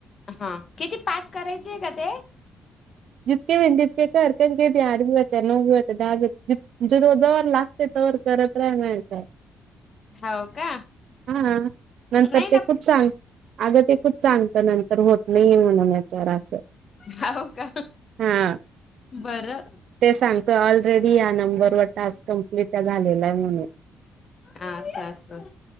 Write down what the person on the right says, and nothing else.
जितके बंदितत का करक घ यार् भी बत नो भीत दहा <unintelligible> म्हणजे तो जोवर लागते तोवर करत राहायचं
हा नंतर
ते खूप सांग अगं ते खूप सांगता नंतर होत नाहीे म्हणून याच्यावर असं
हा
ते सांगत ऑलरेडी या नंबरवर टास्क कंप्लीट झालेला आहे म्हणून